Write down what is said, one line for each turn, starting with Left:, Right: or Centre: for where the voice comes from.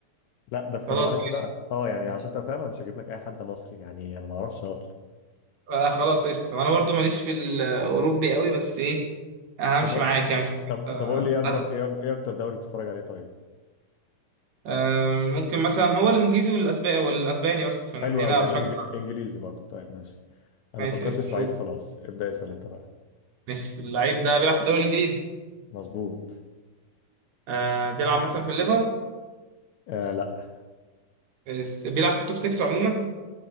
Left: لا بس
Right: خلاص
Left: انا معلش
Right: ماشي
Left: بقى اه يعني عشان انت فاهم انا مش هجيب لك اي حد مصري يعني انا ما اعرفش اصلا
Right: انا خلاص قشطه وانا برضو ماليش في الاوروبي قوي بس ايه همشي
Left: طب
Right: معاك يعني مش
Left: طب
Right: آه،
Left: طب قول لي ايه اكبر
Right: حد.
Left: ايه ايه اكتر دوري بتتفرج عليه طيب
Right: آه، ممكن مثلا هو الانجليزي والاسباني والاسباني بس عشان
Left: حلو
Right: هنا
Left: قوي
Right: بشجع
Left: انا إنج- انجليزي برضو طيب ماشي انا
Right: ماشي
Left: فكرت
Right: قشطه
Left: في
Right: شو
Left: لعيب خلاص ابدأ اسأل انت بقى
Right: ماشي اللعيب ده بيلعب في الدوري الانجليزي
Left: مظبوط
Right: آه بيلعب مثلا في الليفر
Left: آه لا
Right: بس- بيلعب في التوب 6 عموما